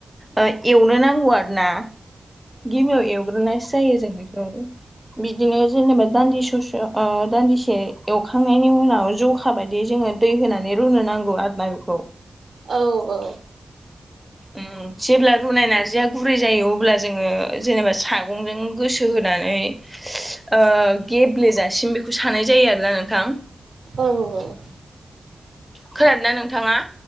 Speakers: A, in the centre; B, on the right.
A: ओ एवनो नांगौ आरो ना। गिबियाव एवग्रोनायसो जायो जों बेखौ बिदिनो जेनेबा दान्दि ससे दान्दिसे एवखांनायनि उनाव जौखा बायदि बि जोङो दै होनानै रुनो नांगौ आरो ना बेखौ
B: औ औ।
A: उम जेब्ला रुनाय नारजिया गुरै जायो अब्ला जोङो जेनेबा सागंजों गोसो होनानै ओ गेब्लेजासिम बेखौ सानाय जायो आरोना नोंथां।
B: औ औ।
A: खोनादोंना नोंथाङा?